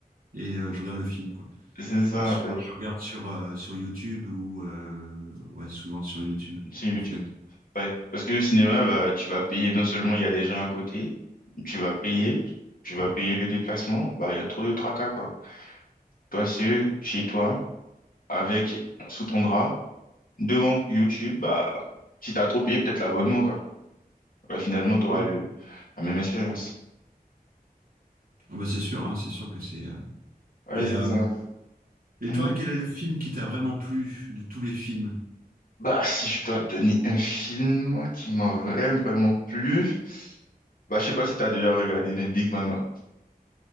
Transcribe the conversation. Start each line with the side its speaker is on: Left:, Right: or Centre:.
Right: et euh, je regarde le film quoi.
Left: c'est ça,
Right: Euh, souvent,
Left: en fait,
Right: je regarde sur euh, sur YouTube ou euh, ouais, souvent sur YouTube
Left: sur YouTube.
Right: en fait.
Left: Ouais. Parce que le cinéma, bah, tu vas payer, non seulement il y a des gens à côté, tu vas payer, tu vas payer le déplacement, bah, il y a trop de tracas, quoi. Toi seul, chez toi, avec, sous ton drap, devant YouTube, bah, si t'as trop payé, peut-être l'abonnement, quoi. Ouais, finalement, t'auras
Right: Ouais.
Left: le... la même expérience.
Right: Ah bah c'est sûr, hein, c'est sûr que c'est. euh,
Left: Ouais,
Right: Mais
Left: c'est
Right: euh,
Left: ça. en fait.
Right: et
Left: Mhm.
Right: toi, quel est le film qui t'a vraiment plu de tous les films?
Left: Bah, si je dois te donner un film qui m'a vraiment, vraiment plu, bah, je sais pas si t'as déjà regardé, mais Big Mama.